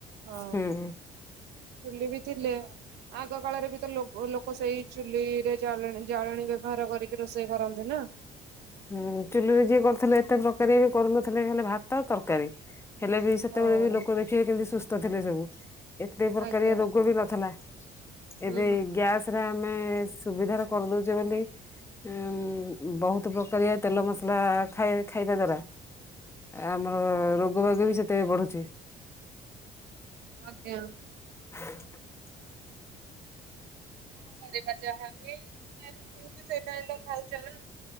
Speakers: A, on the right; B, on the left.
A: ହଁ
B: ହୁଁ
A: ଚୁଲି ବି ଥିଲେ ଆଗ କାଳରେ ବି ତ ଲୋକ ଲୋକ ସେଇ ଚୁଲିରେ ଜାଳେଣୀ ଜାଳେଣି ବ୍ୟବହାର କରିକି ରୋଷେଇ କରନ୍ତି ନା।
B: ହୁଁ ଚୁଲିରେ ଯିଏ କରୁଥିଲେ ଏତେ ପ୍ରକାର ବି କରୁନଥିଲେ ହେଲେ ଭାତ ଆଉ ତରକାରୀ। ହେଲେ ବି ସେତେବେଳେ
A: ହଁ
B: ବି ଲୋକ ଦେଖିବେ କେମିତି ସୁସ୍ଥ ଥିଲେ ସବୁ ଏତେ ପ୍ରକାରିଆ
A: ଆଜ୍ଞା।
B: ରୋଗ ବି ନଥିଲା।
A: ହୁଁ
B: ଏବେ ଗ୍ୟାସରେ ଆମେ ସୁବିଧାରେ କରିଦଉଛେ ବୋଲି ଉଁ ବହୁତ ଏତେ ପ୍ରକାରିଆ ତେଲ ମସଲା ଖାଇ ଖାଇବା ଦ୍ଵାରା ଆମର ରୋଗ ବାଗ ବି ସେତେ ବଢୁଛି।
A: ଆଜ୍ଞା।
B: <inaudible>
A: କଣ କରିବା ଯାହାବି ଖାଇବା ମିଳୁଛୀ ସେଟା ଖାଇଚାଲ।